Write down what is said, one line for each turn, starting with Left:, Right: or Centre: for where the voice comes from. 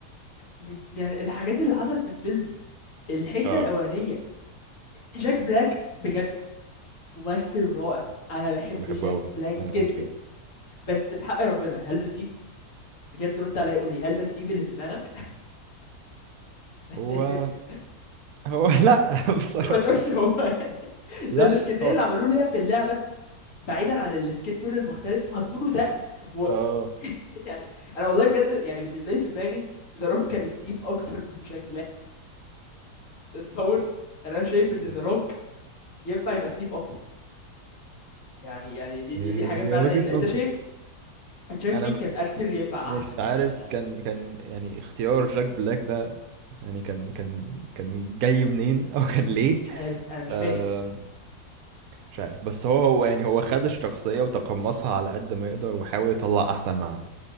Left: ب- يعني الحاجات اللي حصلت في الفيلم الحته
Right: اه
Left: الاولانيه جاك بلاك بجد ممثل رائع انا بحب
Right: انا بحبه
Left: جاك
Right: قوي
Left: بلاك جدا
Right: انا بموت فيه
Left: بس بحق ربنا هل ده ستيف بجد رد عليا قول لي هل ده ستيف اللي في دماغك <laughs>
Right: هو هو لا <laughs> بصراحة
Left: ما تقولش هو <laughs> يعني
Right: لا
Left: ده السكنيه
Right: خالص
Left: اللي عملوه ليها في اللعبه بعيدا عن السكين تون المختلف حطوا له دقن
Right: اه
Left: <laughs> يعني انا والله بجد يعني بالنسبه لي في دماغي ذا روك كان ستيف اكتر من جاك بلاك تتصور يعني انا شايف
Right: مم.
Left: ان ذا روك ينفع يبقى ستيف اكتر يعني يعني دي
Right: هي
Left: دي,
Right: هي
Left: دي حاجه
Right: هي
Left: فعلا
Right: وجهة
Left: يعني انت انت
Right: نظر
Left: شايف انت شايف
Right: انا
Left: مين كان اكتر ينفع
Right: مش
Left: احسن يعني
Right: عارف
Left: آه،
Right: كان كان يعني اختيار جاك بلاك ده يعني كان كان كان جاي منين <laughs> او كان ليه
Left: مش عارف انا مش
Right: أم،
Left: فاهم
Right: مش عارف بس هو هو يعني هو خد الشخصية وتقمصها على قد ما يقدر وحاول يطلع احسن ما عنده